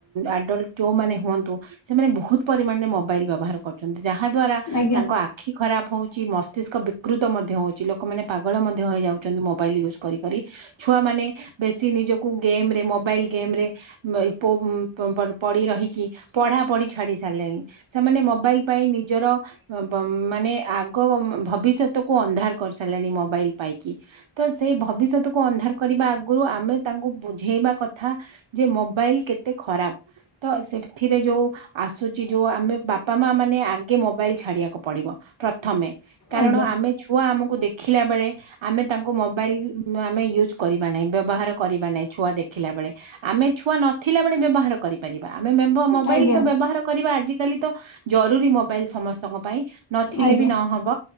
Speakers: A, on the right; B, on the left.
A: ଆଡଲ୍ଟ ଯୋଉମାନେ ହୁଅନ୍ତୁ ସେମାନେ ବହୁତ ପରିମାଣରେ ମୋବାଇଲ ବ୍ୟବହାର କରୁଛନ୍ତି। ଯାହା ଦ୍ଵାରା
B: ଆଜ୍ଞା
A: ତାଙ୍କ ଆ ଆଖି ଖରାପ ହଉଛି ମସ୍ତିଷ୍କ ବିକୃତ ମଧ୍ୟ ହେଉଛି ଲୋକମାନେ ପାଗଳ ମଧ୍ୟ ହୋଇଯାଉଛନ୍ତି ମୋବାଇଲ୍ ୟୁଜ୍ କରିି କରି। ଛୁଆ ମାନେ ବେଶୀ ନିଜକୁ ଗେମ ରେ ମୋବାଇଲ ଗେମ ରେ ଏଇ ପୋ ପଡି ରହିକି ପଢା ପଢି ଛାଡି ସାରିଲେଣି ସେମାନେ ମୋବାଇଲ ପାଇଁ ନିଜର ମାନେ ଆଗ ଭବିଷ୍ୟତକୁୁ ଅନ୍ଧାର କରିସାରିଲାଣି ମୋବାଇଲ ପାଇକି ତ ସେଇ ଭବିଷ୍ୟତକୁ ଅନ୍ଧାର କରିବା ଆଗରୁ ଆମେ ତାଙ୍କୁ ବୁଝେଇବା କଥା ଯେ ମୋବାଇଲ କେତେ ଖରାପ। ତ ସେଥିରେ ଯୋଉ ଆସୁଛି ଯୋଉ ଆମେ ବାପା ମାଆ ମା ନେ ଆଗେ ମୋବାଇଲ ଛାଡିବାକୁ ପଡିବ ପ୍ରଥମେ କାରଣ
B: ଆଜ୍ଞା
A: ଆମେ ଛୁଆ ଆମକୁ ଦେଖିଲା ବେଳେ ଆମେ ତାଙ୍କୁ ମୋବାଇଲ ଆମେ ୟୁଜ କରିବା ନାଇଁ ବ୍ୟବହାର କରିବା ନାଇଁ ଛୁଆ ଦେଖିଲା ବେଳେ। ଆମେ ଛୁଆ ନଥିଲା ବେଳେ ବ୍ୟବହାର କରିପାରିବା ଆମେ ମେମ୍ବ ମୋବାଇଲ
B: ଆଜ୍ଞା
A: ତ ବ୍ୟବହାର କରିବା ଆଜିକାଲି ତ ଜରୁରୀ ମୋବାଇଲ ସମସ୍ତଙ୍କ ପାଇଁ ନଥିଲେ
B: ଆଜ୍ଞା
A: ବି ନହବ।